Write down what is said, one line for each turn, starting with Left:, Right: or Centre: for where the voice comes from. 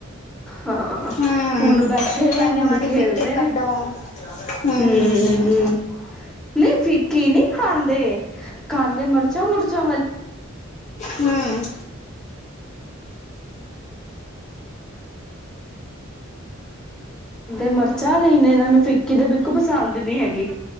Centre: ਹਾਂ-ਹਾਂ
Left: ਹਮ
Centre: ਹੁਣ ਬੈਠੇ ਨੇ
Left: ਪਹਿਲੇ
Centre: ਹੁਣ
Left: ਉਹਨਾਂ ਦੀ
Centre: ਖੇਲ
Left: ਫਿੱਕੀ
Centre: ਰਹੇ
Left: ਕੱਢੋ
Centre: ਨੇ,
Left: ਹਮ
Centre: ਹੂੰ,
Left: ਹਮ ਹਮ
Centre: ਨਹੀਂ ਫਿੱਕੀ ਨਹੀ ਖਾਂਦੇ। ਖਾਂਦੇ ਮਰ <unintelligible> ਹੂੰ। ਖਾਂਦੇ
Left: ਹਮ
Centre: ਮਿਰਚਾਂ ਵਾਲੀ ਨੇ, ਇਹਨਾਂ ਨੂੰ ਫਿੱਕੀ ਤੇ ਬਿਲਕੁਲ ਪਸੰਦ ਨੀ ਹੈਗੀ।